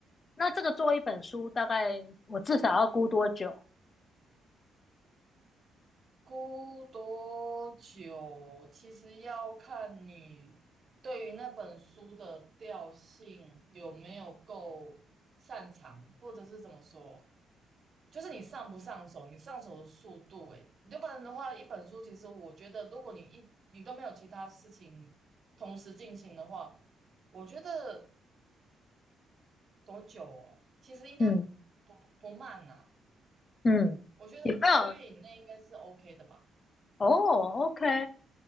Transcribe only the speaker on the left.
那这个做一本书，大概我至少要估多久？
嗯
嗯，
有没有？
哦哦，OK，